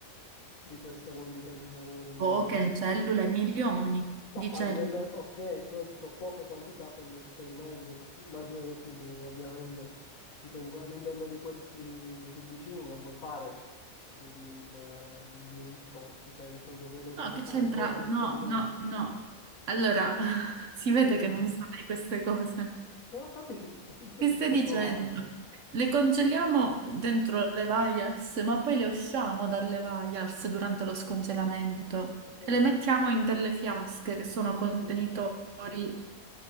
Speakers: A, on the left; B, on the right.
A: di questa quantità, diciamo, di...
B: Poche
A: di-
B: cellule, milioni
A: No,
B: di
A: a
B: cellule.
A: livello, ok, però dico poca quantità per l'esperimento, perché immagino che tu ovviamente, tipo in- all'interno di questi tubicini non puoi fare più di un, eh, di un tot, cioè nel senso credo che
B: No,
A: puoi
B: che
A: fare
B: c'entra?
A: due o tre esperimenti.
B: No, no, no. Allora, <laughs> si vede
A: <laughs>
B: che non sai queste cose.
A: Te ho capito, <laughs> io
B: Che
A: ci
B: stai
A: sto
B: dicendo?
A: provando.
B: Le congeliamo dentro le vials, ma poi le usciamo dalle vials durante lo scongelamento
A: Ho capito.
B: e le mettiamo in delle fiasche che sono contenitori
A: Mm,